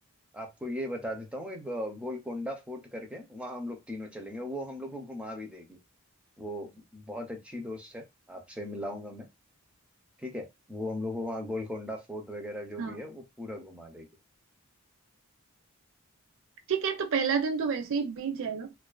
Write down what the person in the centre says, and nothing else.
आपको ये बता देता हूँ एक अ, गोलकोंडा फोर्ट करके वहाँ हम लोग तीनों चलेंगे वो हम लोग को घुमा भी देगी वो बहुत अच्छी दोस्त है आपसे मिलाऊंगा मैं ठीक है वो हम लोग को वहाँ गोलकोंडा फोर्ट वगैरह जो
भी है वो पूरा घुमा देगी